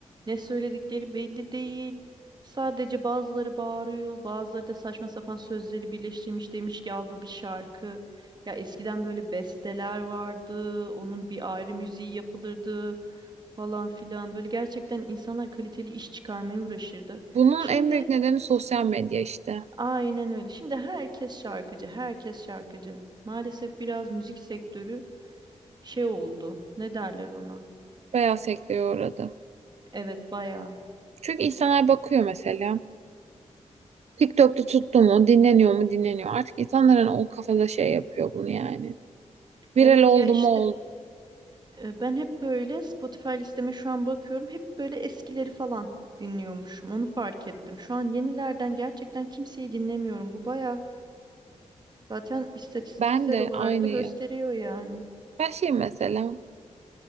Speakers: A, on the right; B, on the right.
A: ne söyledikleri belli değil. Sadece bazıları bağırıyor, bazıları da saçma sapan sözleri birleştirmiş demiş ki al bu bir şarkı. Ya eskiden böyle besteler vardı, onun bir ayrı müziği yapılırdı falan filan. Böyle gerçekten insanlar kaliteli iş çıkarmaya uğraşırdı.
B: Bunun
A: Şimdi
B: en büyük nedeni sosyal medya işte.
A: aynen öyle. Şimdi herkes şarkıcı, herkes şarkıcı. Maalesef biraz müzik sektörü şey oldu. Ne derler ona?
B: Bayağı sekteye uğradı.
A: Evet, bayağı.
B: Çünkü insanlar bakıyor mesela. TikTok'ta tuttu mu, dinleniyor mu, dinleniyor. Artık insanların o kafada şey yapıyor bunu yani. Viral
A: Evet
B: oldu
A: ya işte
B: mu oldu.
A: E, Ben hep böyle Spotify listeme şu an bakıyorum. Hep böyle eskileri falan dinliyormuşum. Onu fark ettim. Şu an yenilerden gerçekten kimseyi dinlemiyorum. Bu baya zaten istatistiksel
B: Ben de
A: olarak
B: aynıyım.
A: da gösteriyor yani.
B: Ben şey mesela